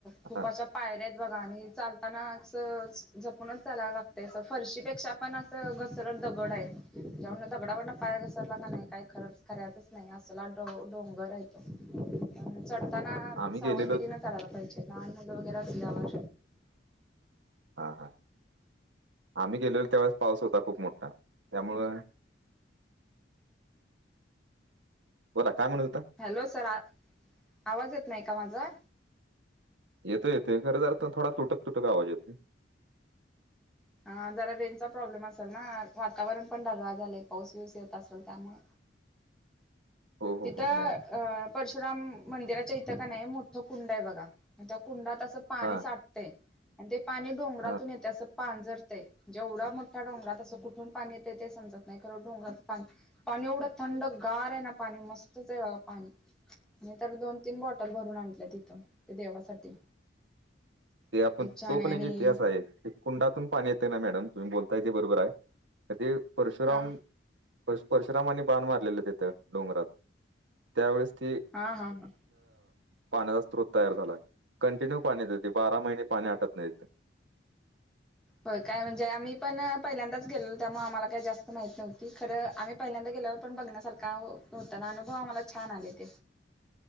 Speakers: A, in the centre; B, on the right.
A: खूप
B: हा
A: अशा पायर्या आहेत बघा आणि चालताना असं जपूनच चालायला लागतय अस फरशीपेक्षा पण असं घसरत दगड आहेत. <unintelligible> द गडावरन पाय घसरला का नाही काही खर खाऱ्याच च नाही असला डो डोंगर आहे तो. चढताना
B: आम्ही
A: सावधगिरीन
B: गेलेलो
A: चढायला पाहिजे लहान मुलं वगैरे असल्यावर
B: हा हा आम्ही गेलेलो त्यावेेळेस पाऊस होता खूप मोठा त्यामुंळ बोला काय म्हणत होता?
A: हॅलो सर आव आवाज येत नाही का माझा?
B: येतोय येतोय. खर थोडा तुटक-तुटक आवाज येतोय.
A: हा जरा रेनचा प्रॉब्लेम असेल ना वातावरण पण ढगाळा झाले पाऊस बिऊस येत असल त्यामुळे
B: हो हो
A: तीत
B: हो
A: अ
B: मॅडम
A: परशुराम मंदिराच्या इथं का नाही मोठं कुंड आहे बघा आणि त्या कुंडात असं पाणी
B: हा
A: साठतय आणि ते पाणी डोंगरातून
B: हा
A: येतय असं पांजरतय जेवढा मोठ्या डोंगरात असं कुठून पाणी येतय ते समजत नाही खरं डोंगरात पाणी पाणी एवढं थंड गार आहे ना पाणी मस्तच आहे बाघा पाणी. नाही तर दोन तीन बॉटल भरून आणल्या तिथून ते देवासाठी.
B: ते
A: खूप
B: आपण
A: छान
B: तो पण
A: आहे आणि
B: एक इतिहास आहे ते कुंडातून पाणी येते ना मॅडम तुम्ही बोलताय ते बरोबर आहे. ते परशुराम
A: हा
B: पश परशुरामानी बाण मारलेलं तिथं डोंगरात त्यावेळेस ते
A: हा हा हा.
B: पाण्याचा स्त्रोत तयार झालाय कंटिन्यू पाणी देते, बारा महिने पाणी आटत नाहीेत.
A: हो काय म्हणजे आम्ही पण पहिल्यांदाच गेलो त्यामुळे आम्हाला काही जास्त माहित नव्हती खरं आम्ही पहिल्यांदा गेल्यावर पण बघण्यासारखा होता ना अनुभव आम्हाला छान आले ते.